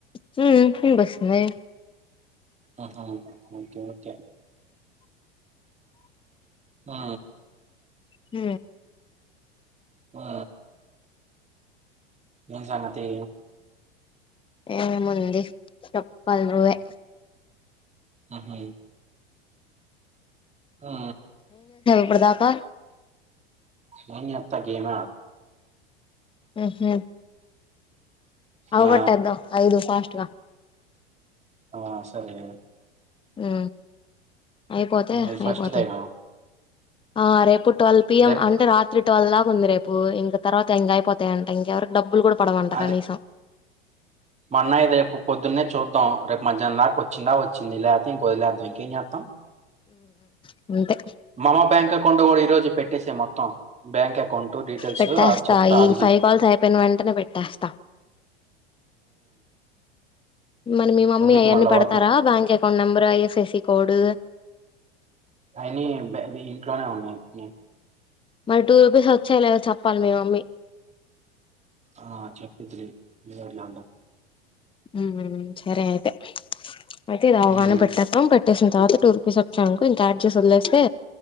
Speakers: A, on the left (about 15°); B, on the right (about 20°).
A: హూ మ్ బస్ నే
B: ఆహా ఓకే ఓకే ఆ
A: హ
B: ఆ ఏం సంగతి
A: ఏ ముంది చెప్పాలి నువ్వే
B: ఆహా ఆ
A: ఇప్పటిదాకా
B: నేను మీ అత్త గేమ
A: ఆహా అవకొట్టేద్దాం
B: ఆ
A: ఐదు ఫాస్ట్ లా
B: ఆ సరే అండి
A: ఆ అయిపోతే
B: ఇది
A: అయిపోతే
B: ఫస్ట్దేగా
A: ఆ రేపు ట్వెల్వ్ పిఎం
B: రేపు
A: అంటే రాత్రి ట్వల్వ్ లాగా ఉంది రేపు ఇంక తర్వాత టెంగా అయిపోయాంట డబ్బులు కూడా పడవంట
B: అది
A: కనీసం
B: మా అన్నయ్య రేపు పొద్దున్నే చూద్దాం రేపు మధ్యానం దాక వచ్చిందా వచ్చింది ల్యా ఇంకా వదిలేద్దాం ఇంకా ఏం చేత్తం
A: ఉమ్ అంతే
B: మమ బ్యాంక్ కొండు కూడా ఈ రోజు పెట్టేసే మొత్తం బ్యాంక్ అకౌంట్ డీటెయిల్స్
A: పెట్టేస్తా
B: చెప్తా
A: ఈ
B: అడిగి
A: ఫైవ్ కాల్స్ అయిపోయిన వెంటనే పెట్టేస్తా మరి మీ మమ్మీ
B: ఎందుకు
A: అవన్నీ
B: మళ్ళా
A: పెడతారా
B: వర్క్
A: back phone number I F S C code
B: అయిని ఇంట్లోనే ఉన్నాయి నను
A: మరి టూ రూపీస్ వచ్చాయి లేదో చెప్పాలి మీ మమ్మీ
B: ఆ చెప్పిద్దిలే ఏదో ఒకటి చేద్దం
A: ఉ సరే అయితే అయితే రావగానే
B: ఉమ్
A: పెట్టేద్దాం పెట్టేసిన తర్వాత టూ రూపీస్ వచ్చాయనుకో ఇంకా యాడ్ చేసి వదిలేస్తే